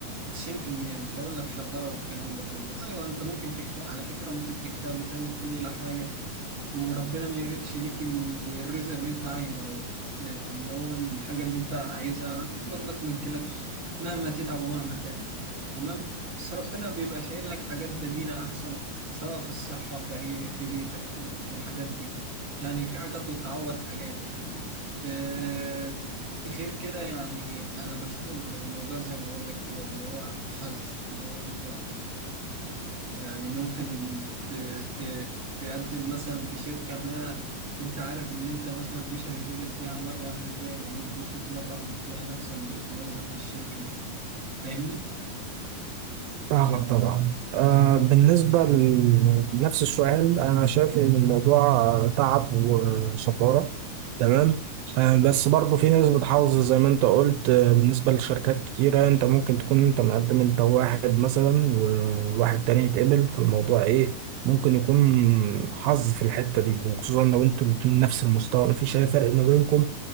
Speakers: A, on the right; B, on the right.
A: 90% مش هقول لك شطارة والكلام ده كله أيوه أنت ممكن تجتهد على فكرة ممكن تجتهد وتعمل كل حاجة وربنا ما يريدش ليك ال- الرزق اللي انت عايزه او اللي هو الحاجة اللي انت عايزها برضك ما تجيلكش مهما تتعب ومهما تعمل تمام بس ربنا بيبقى شايل لك حاجات بديلة احسن سواء في الصحة في عي- في بيتك في الحاجات دي يعني في حاجات بتعوض حاجات آه غير كده يعني انا بشوف الموضوع زي ما بقول لك كده اللي هو حظ اللي هو انت يعني ممكن ت... ت... تقدم مثلا في شركة ما انت عارف ان انت مثلا مش هتتقبل فيها مرة واحدة تلاقي الامور مشيت مرة واحدة تلاقي نفسك بقيت موظف في الشركة دي فاهمني؟
B: فاهمك طبعا آه بالنسبة لل- لنفس السؤال أنا شايف إن الموضوع آه، تعب وشطارة تمام آه بس برضه في ناس بتحافظ زي ما أنت قلت آه بالنسبة لشركات كتيرة أنت ممكن تكون أنت مقدم أنت واحد مثلا وواحد تاني يتقبل في الموضوع إيه ممكن يكون حظ في الحتة دي وخصوصا لو أنتوا الاتنين نفس المستوى مفيش أي فرق ما بينكم